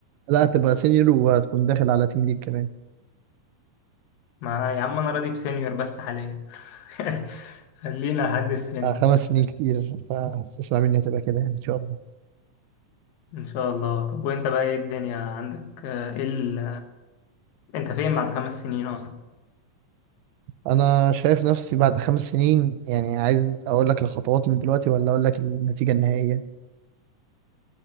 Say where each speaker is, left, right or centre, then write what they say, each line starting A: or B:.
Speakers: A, on the right (about 80°); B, on the left (about 85°).
A: لا هتبقى سينيور وهتكون داخل على تيم ليد كمان
B: ما يا عم أنا راضي بسينيور بس حاليا <laughs> خلينا لحد السينيور
A: آه، خمس سنين كتير فاسمع مني هتبقى كده يعني ان شاء الله
B: إن شاء الله طب وأنت بقى إيه الدنيا عندك آه، إيه ال... أنت فين بعد خمس سنين أصلا
A: انا شايف نفسي بعد خمس سنين يعني عايز اقول لك الخطوات من دلوقتي ولا اقول لك النتيجة النهائية